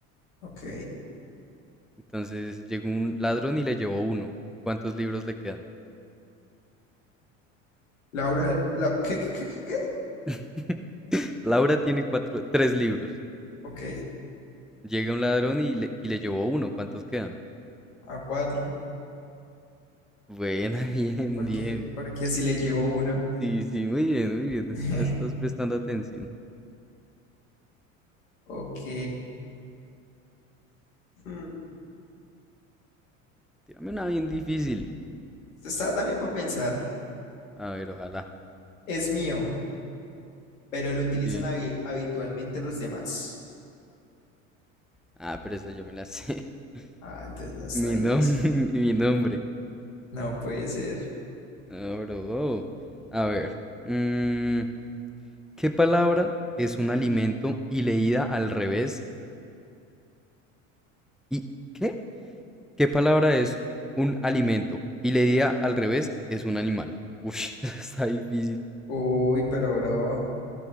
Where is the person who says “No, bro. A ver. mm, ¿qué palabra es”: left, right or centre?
Centre